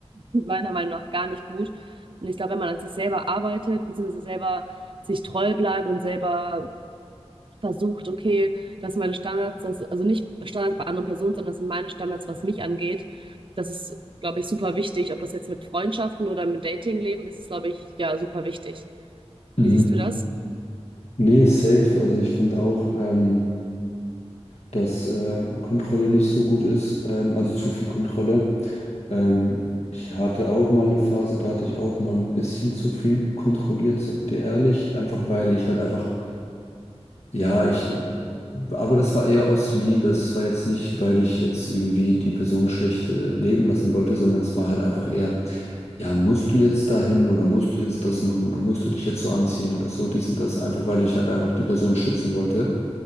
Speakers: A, on the right; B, on the left.
A: meiner Meinung nach gar nicht gut. Und ich glaube, wenn man an sich selber arbeitet, beziehungsweise selber sich treu bleibt und selber versucht, okay, das sind meine Standards, das, also nicht Standards bei anderen Personen, sondern das sind meine Standards, was mich angeht. Das ist, glaube ich, super wichtig. Ob das jetzt mit Freundschaften oder mit Datingleben ist, ist, glaube ich, ja, super wichtig.
B: Mhm.
A: Wie siehst du das?
B: Nee, safe. Also ich finde auch, ähm, dass äh, Kontrolle nicht so gut ist, ähm, also zu viel Kontrolle. Ähm, ich hatte auch mal eine Phase, da hatte ich auch mal ein bisschen zu viel kontrolliert, sag dir ehrlich, einfach weil ich halt einfach, ja, ich, aber das war eher aus Liebe, es war jetzt nicht, weil ich jetzt irgendwie die Person schlecht äh, leben lassen wollte, sondern es war halt einfach eher, ja, musst du jetzt dahin oder musst du jetzt das machen oder musst du dich jetzt so anziehen oder so, dies und das, einfach weil ich halt einfach die Person schützen wollte